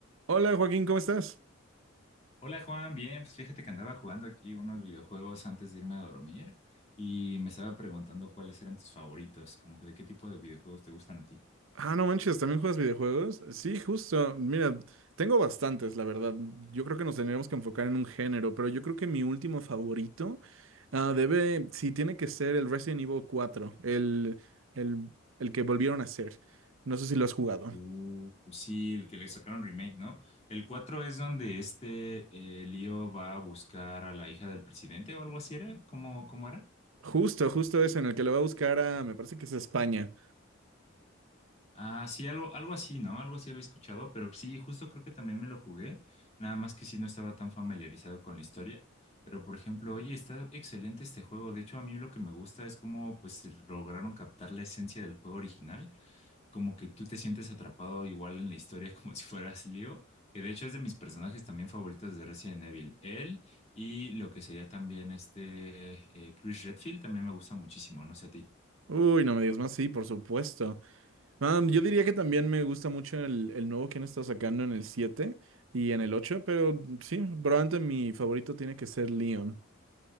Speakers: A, on the right (about 75°); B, on the left (about 30°).
A: Hola Joaquín, ¿cómo estás?
B: Hola Juan, bien, pues fíjate que andaba jugando aquí unos videojuegos antes de irme a dormir y me estaba preguntando cuáles eran tus favoritos, como que de qué tipo de videojuegos te gustan a ti.
A: Ah, no manches, ¿también juegas videojuegos? Sí, justo. Mira, tengo bastantes, la verdad. Yo creo que nos tendríamos que enfocar en un género, pero yo creo que mi último favorito ah, debe, sí, tiene que ser el Resident Evil 4, el, el, el que volvieron a hacer. No sé si lo has jugado.
B: Uh, pues sí, el que le sacaron remake, ¿no? El 4 es donde este eh, Leo va a buscar a la hija del presidente o algo así era, ¿cómo, cómo era?
A: Justo, justo ese en el que lo va a buscar a, me parece que es España.
B: Ah, sí, algo, algo así, ¿no? Algo así había escuchado, pero sí, justo creo que también me lo jugué, nada más que sí no estaba tan familiarizado con la historia, pero por ejemplo, oye, está excelente este juego, de hecho a mí lo que me gusta es cómo pues lograron captar la esencia del juego original, como que tú te sientes atrapado igual en la historia <laughs> como si fueras Leo, que de hecho es de mis personajes también favoritos de Resident Evil, él y lo que sería también este eh, Chris Redfield también me gusta muchísimo, no sé a ti.
A: Uy, no me digas más, sí, por supuesto. Ah, yo diría que también me gusta mucho el, el nuevo que han estado sacando en el 7 y en el 8, pero sí, probablemente mi favorito tiene que ser Leon.